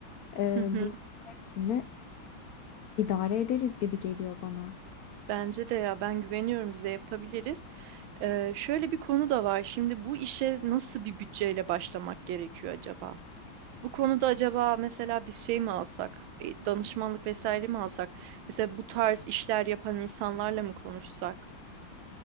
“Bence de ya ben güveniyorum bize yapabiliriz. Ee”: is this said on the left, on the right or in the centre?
Right